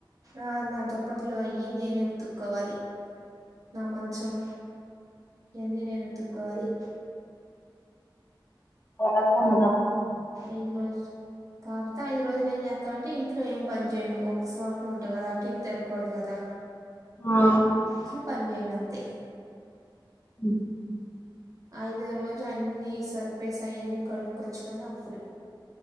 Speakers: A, on the right; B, on the left.
A: ఆ నా దుప్పట్లు అయి నేనే ఉతుక్కోవాలి నా
B: ఉమ్,
A: మంచం ఎన్ని నేనుతుక్కోవాలి
B: అప్పుడు అసప్పుడి
A: ఐదు రోజులు కాకపోతే ఐదు రోజులు ఏం చేత్తామ అంటే ఇంట్లో ఏం పని జేయను ఒక్కసోటిన ఉంటాం కదా అటు ఇటు తిరగకూడదు కదా
B: ఆ
A: గీ పనీజెయను అంతె
B: ఉ
A: ఐదో రోజు అన్ని సరిపేసయన్నీ కడుక్కొచ్చుకొని అప్పుడు